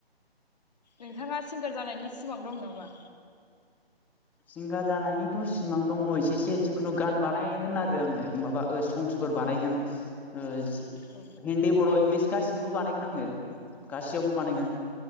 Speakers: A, on the left; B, in the centre.
A: नोंथाङा सिंगार जानायनि सिमां दं नामा
B: सिंगार जानायनिथ' सिमां दङ एसे एसे जिखुनु गान बानायगोन आरो आङो माबा संसफोर बानायगोन ओ
A: औ
B: हिन्दी बर' इंलिस गासिनोबो बानायगोन आङो गासैयावबो बानायगोन